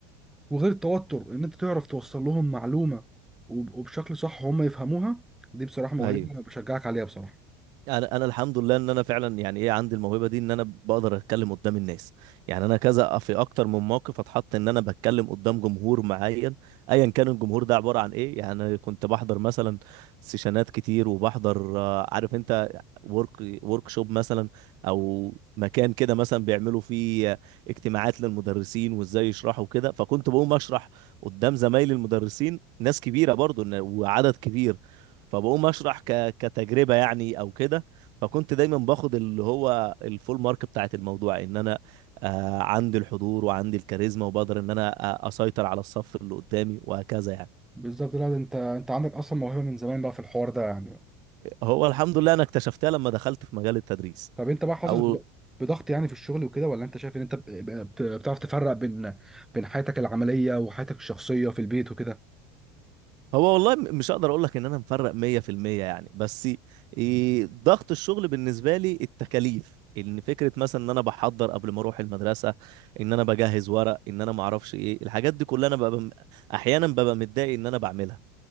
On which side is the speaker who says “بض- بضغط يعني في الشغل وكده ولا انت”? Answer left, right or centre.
Centre